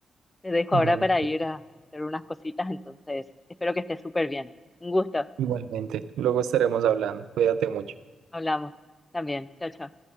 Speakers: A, on the left; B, on the right.
A: Te dejo
B: Igualmente,
A: ahora para ir a hacer unas cositas, entonces espero que estés súper bien. Un gusto.
B: igualmente. Luego estaremos hablando. Cuídate mucho.
A: Hablamos también. Chao, chao.